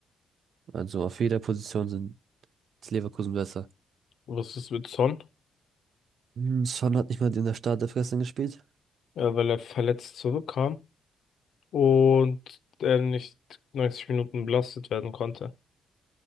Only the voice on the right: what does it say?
Also auf jeder Position sind ist Leverkusen besser.
Hm, Son hat nicht mal in der Startelf gestern gespielt.